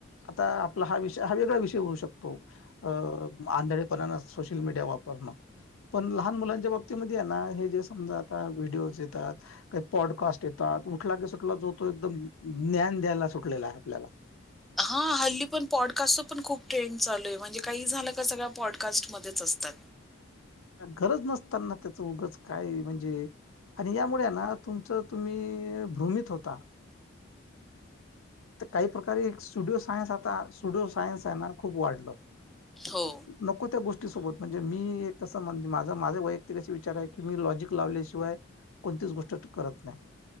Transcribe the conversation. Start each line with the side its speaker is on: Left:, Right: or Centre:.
Left: आता आपला हा विषय हा वेगळा विषय होऊ शकतो, अ आंधळेपणान. सोशल मीडिया वापरणं. पण लहान मुलांच्या बाबतीमध्ये आहे ना हे जे समजा आता व्हिडिओज येतात. काही पॉडकास्ट येतात. उठला की सुटला जो तो एकदम ज्ञान द्यायला सुटलेला आहे. आपल्याला
Centre: ह हल्ली पण पॉडकास्टच पण खूप ट्रेंड चालू आहे. म्हणजे काही झालं का सगळ्या पॉडकास्टमध्येध्येच असतात.
Left: गरज नसताना त्याचं उगच काय म्हणजे आणि यामुळे ना तुमचं तुम्ही भ्रूमित होता. काही प्रकारे स्टुडिओ सायन्स आता स्टुडिओ सायनस आहे ना खूप वाढलं.
Centre: हो.
Left: नको त्या गोष्टी सोबत म्हणजे मी एक तस म्हणजे माझा माझा वैयक्तिक असे विचार आहे की मी लॉजिक लावल्याशिवाय कोणतीच गोष्ट करत नाही.